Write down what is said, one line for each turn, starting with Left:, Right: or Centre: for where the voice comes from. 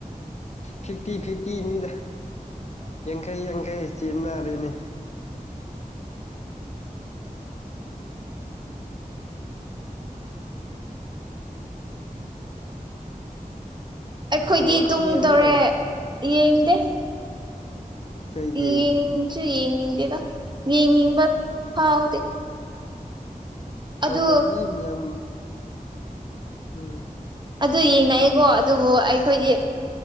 Left: ꯐꯤꯇꯤ ꯐꯤꯤ ꯃꯤꯃꯤꯗ ꯌꯥꯡꯈꯩ ꯌꯥꯡꯈꯩ ꯆꯦꯟꯅꯔꯦꯅꯤ
Right: ꯑꯩꯈꯣꯏꯗꯤ
Left: ꯋꯥꯔꯜ ꯀꯞ
Right: ꯇꯨꯡꯉꯨꯗꯧꯔꯦ
Left: ꯌꯦꯡꯕ꯭ꯔꯣ
Right: ꯌꯦꯡꯗꯦꯡ
Left: ꯀꯩꯒꯤ
Right: ꯌꯦꯡꯁꯨ ꯌꯦꯡꯅꯤꯡꯗꯦꯗ ꯌꯦꯡꯅꯤꯡꯕ ꯐꯥꯎꯗꯦ ꯑꯗꯨ
Left: ꯃꯔ ꯃꯤ ꯃꯌꯥꯝ ꯎꯝ
Right: ꯑꯗꯨ ꯌꯦꯡꯅꯩꯌꯦꯀꯣ ꯑꯗꯨꯕꯨ ꯑꯩꯈꯣꯏꯗꯤ